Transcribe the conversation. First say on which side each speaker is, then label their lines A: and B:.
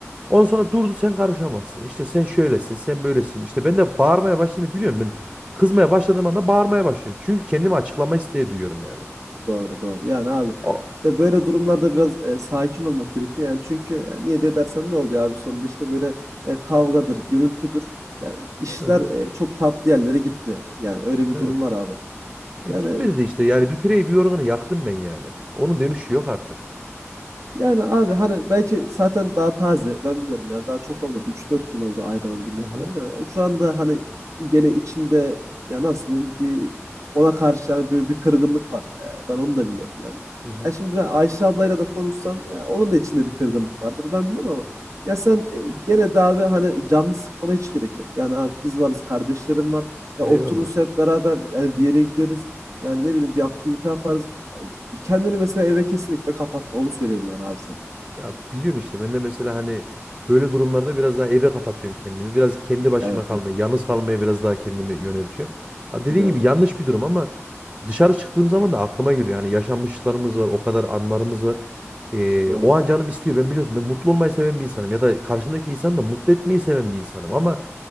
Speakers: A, on the right (about 25°); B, on the right (about 85°).
A: Ondan sonra durdu sen karışamazsın. İşte sen şöylesin, sen böylesin. İşte ben de bağırmaya başlayınca biliyorum ben kızmaya başladığım anda bağırmaya başlıyorum. Çünkü kendimi açıklama isteği duyuyorum yani.
B: doğru doğru. Yani abi
A: O
B: işte böyle durumlarda biraz e, sakin olmak gerekiyor. Yani çünkü e, niye de dersen ne olacak abi sonunda işte böyle e, kavgadır, gürültüdür. Yani işler
A: hı hı,
B: e, çok tatlı yerlere gitmiyor. Yani öyle bir
A: evet.
B: durum var abi.
A: E,
B: Yani
A: gitmedi de işte yani bir pireyi bir yorganı yaktım ben yani. Onun dönüşü yok artık.
B: Yani abi hani belki zaten daha taze. Ben biliyorum yani daha çok olmadı. üç dört gün oldu ayrılalı bildiğim
A: Hı hı,
B: kadarıyla. Yani şu anda hani gene içinde ya nasıl diyeyim bir ona karşı yani böyle bir kırgınlık var. Ee, ben onu da biliyorum yani.
A: hı hı.
B: Ya şimdi ben Ayşe ablayla da konuşsam ya onun da içinde bir kırgınlık vardır. Ben biliyorum ama ya sen e, gene de abi hani canını sıkmana hiç gerek yok. Yani abi biz varız, kardeşlerim var. Ya
A: Eyvallah.
B: otururuz hep beraber yani bir yere gideriz. Yani ne bileyim bir aktivite yaparız Kendini mesela eve kesinlikle kapatma. Onu söyleyeyim yani abi sana.
A: Ya biliyorsun işte ben de mesela hani böyle durumlarda biraz daha eve kapatıyorum kendimi. Biraz kendi başıma
B: Evet
A: kalmaya,
B: evet.
A: yalnız kalmaya biraz daha kendimi yöneltiyorum. Ha dediğin
B: Biliyorum
A: gibi
B: abi.
A: yanlış bir durum ama dışarı çıktığım zaman da aklıma geliyor. Hani yaşanmışlıklarımız var, o kadar anlarımız var. Ee,
B: Doğru.
A: o an canım istiyor. Ben biliyorsun ben mutlu olmayı seven bir insanım ya da karşımdaki insanı da mutlu etmeyi seven bir insanım. Ama